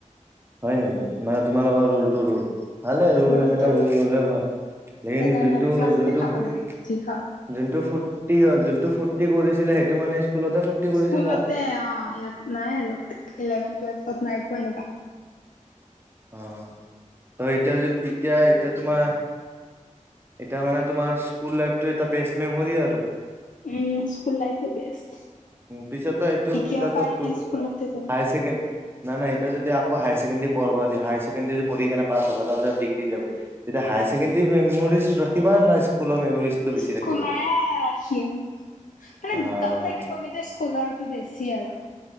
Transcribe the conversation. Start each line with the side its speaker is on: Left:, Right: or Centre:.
Right: হয় নেকি মানে তোমালোকৰ ৰুলটো ৰোল ভালে আৰো
Left: ৰুলটো
Right: অনেকা
Left: ৰুল
Right: ৰোল হল লেখিন
Left: সেইকাৰণে
Right: যোনটো
Left: আমি ক্লাছতে
Right: যোনটো
Left: খাব
Right: ফুট-
Left: লাগে যি খাওঁ
Right: যোনটো ফূৰ্তি হয় যোনটো ফূৰ্তি কৰিছিলে সেইটো মানে স্কুলতে কৰিছিলা
Left: স্কুলতে
Right: আৰু।
Left: অ ইয়াত নাই আৰু ইলেভেন টুৱেলভত নাই পোৱা এনেকুৱা
Right: অ ত এতিয়া য এতিয়া এতিয়া তোমাৰ এতিয়া মানে তোমাৰ স্কুল লাইফটোৱে এটা বেষ্ট মেমৰি আৰু
Left: উম স্কুল লাইফে বেষ্ট
Right: উ পিছতে এইটো
Left: এতিয়াও
Right: তেতিয়াতো
Left: পাৰিলে
Right: টো
Left: স্কুলতে যাম
Right: হায় ছেকেণ্ড নাই নাই এতিয়া যদি আকৌ হাইছেকেণ্ডেৰী পঢ়বা দিয়ে হাই ছেকেণ্ডৰী পঢ়ি কিনে পাছ হব তাৰ পিছত ডিগ্ৰী যাব এতিয়া হায়াৰ ছেকেণ্ডেৰী মমৰিজ ৰাখিবা না স্কুলৰ মেমৰিজটো বেছি
Left: স্কুলৰে
Right: ৰাখিবা?
Left: ৰাখিম মানে
Right: অ'
Left: দুটাও থাকিব কিন্তু স্কু সোণৰ টো বেছি আৰু।